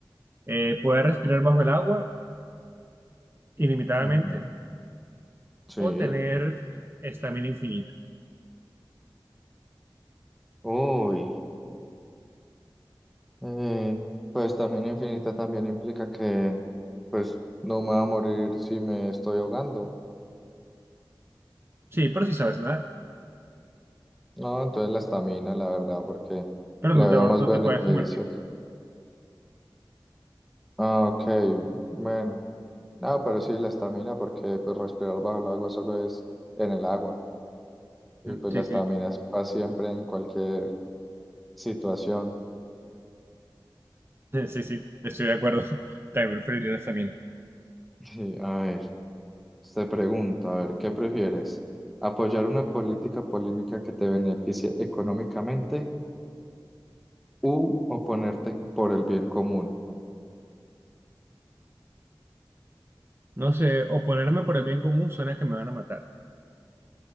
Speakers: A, on the right; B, in the centre.
A: Eh, ¿poder respirar bajo el agua ilimitadamente
B: Ujú, Sí.
A: o tener estamina infinita?
B: Uy. eh, pues también infinita también implica que, pues, no me va a morir si me estoy ahogando.
A: Sí, pero si sabes nadar,
B: No, entonces la estamina, la verdad, porque
A: pero
B: le
A: no
B: veo
A: te, va-
B: más
A: no
B: beneficios.
A: te puedes sumergir.
B: Ah, ok, bueno. Ah, pero sí, la estamina, porque pues respirar bajo el agua solo es en el agua. Y pues
A: Sí,
B: la estamina
A: sí,
B: es para siempre en cualquier situación.
A: <laughs> sí, sí, estoy de acuerdo. <laughs> También preferiría esa mina.
B: <laughs> Y, a ver, te pregunto, a ver, ¿qué prefieres? ¿Apoyar una política polémica que te beneficie económicamente u oponerte por el bien común?
A: No sé, o ponerme por el bien común suena que me van a matar.